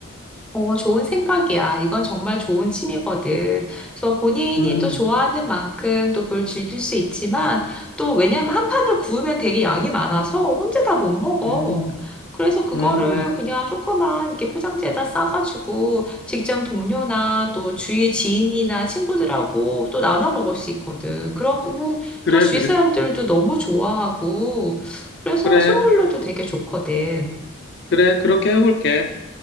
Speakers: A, in the centre; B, on the left.
A: 어, 좋은 생각이야. 이건 정말 좋은 취미거든. 그래서 본인이
B: 음,
A: 또 좋아하는 만큼 또 그걸 즐길 수 있지만 또 왜냐면 한 판을 구우면 되게 양이 많아서 혼자 다 못 먹어.
B: 음,
A: 그래서 그거를
B: 음.
A: 그냥 조그만 이렇게 포장지에다 싸가지고 직장 동료나 또 주위 지인이나 친구들하고 또 나눠 먹을 수 있거든. 그러면은
B: 그래,
A: 또 주위
B: 그래.
A: 사람들도 너무 좋아하고 그래서
B: 그래,
A: 선물로도 되게 좋거든.
B: 그래. 그렇게 해볼게.